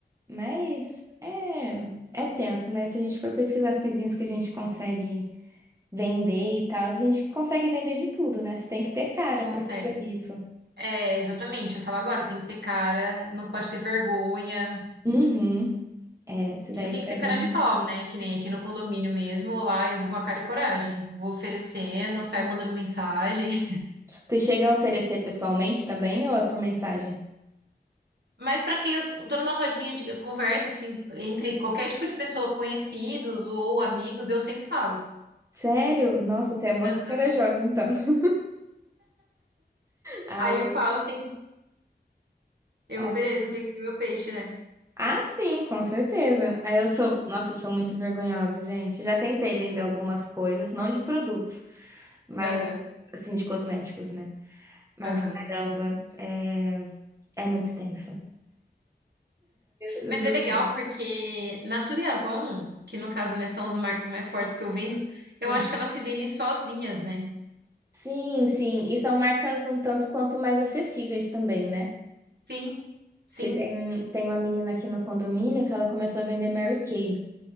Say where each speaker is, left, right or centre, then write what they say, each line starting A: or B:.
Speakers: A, on the right (about 15°); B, on the right (about 70°).
A: Mas é, é tenso, né? Se a gente for pesquisar as coisinhas que a gente consegue vender e tal, a gente consegue vender de tudo, né? Você tem que ter cara
B: Consegue.
A: pra fazer isso.
B: É, exatamente. Eu falo agora, tem que ter cara, não pode ter vergonha.
A: Uhum. É, isso
B: E
A: daí
B: você tem
A: pra
B: que ser
A: mim.
B: cara de pau, né? Que nem aqui no condomínio mesmo. Lá eu vou com a cara e coragem. Vou oferecendo, saio mandando mensagem.
A: Tu chega a oferecer pessoalmente também ou é por mensagem?
B: Mas para quem eu tô numa rodinha de conversa, assim, entre qualquer tipo de pessoa, conhecidos ou amigos, eu sempre falo.
A: Sério? Nossa, você é muito
B: Aham.
A: corajosa, então. <laughs> Ah,
B: Aí
A: eu-
B: eu falo, tem que, eu
A: ah,
B: ofereço, eu tenho que ter meu peixe, né?
A: ah, sim, com certeza. Aí eu sou, nossa, eu sou muito vergonhosa, gente. Já tentei vender algumas coisas, não de produtos, mas
B: Aham,
A: assim, de cosméticos, né? Mas
B: aham.
A: caramba, é, é muito tenso. Eu
B: Mas
A: duvido.
B: é legal porque Natura e Avon, que no caso, né, são as marcas mais fortes que eu vendo, eu
A: Hum.
B: acho que elas se vendem sozinhas, né?
A: Sim, sim. E são marcas um tanto quanto mais acessíveis também, né?
B: Sim, sim.
A: Que tem, tem uma menina aqui no condomínio que ela começou a vender Mary Kay.